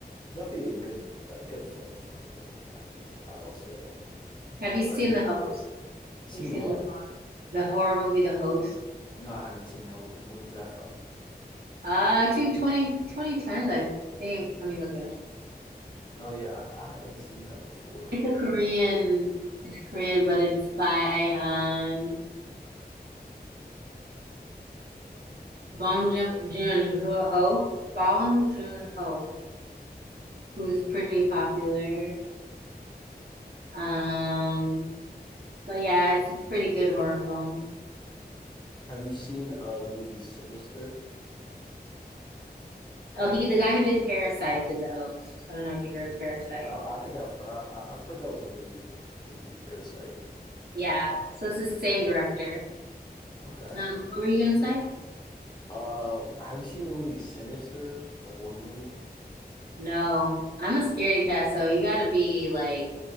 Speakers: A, on the left; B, on the right.
A: there's definitely a good like good films from like the 90s. I'll say.
B: Have
A: But
B: you seen
A: uh, you
B: The Host?
A: seen
B: Have you seen
A: what?
B: the, the horror movie The Host?
A: No, I haven't seen that. When's that from?
B: Uh, two twenty twenty tens, I think. Let me look it up.
A: No, yeah, I I haven't seen that before.
B: It's a Korean, it's Korean, but it's by um Bong Joon Joon Ho, Bong Joon Ho, who's pretty popular. Um, but yeah, it's a pretty good horror film.
A: Have you seen uh the movie Sinister?
B: Oh, he, the guy who did Parasite, did the host. I don't know if you heard of Parasite.
A: I I think I've heard I, I've heard that was a really good movie, The Parasite.
B: Yeah, so it's the same director.
A: Okay.
B: Um, what were you gonna say?
A: Uh, have you seen the movie Sinister? Like the horror movie?
B: No, I'm a scaredy cat, so you gotta be like,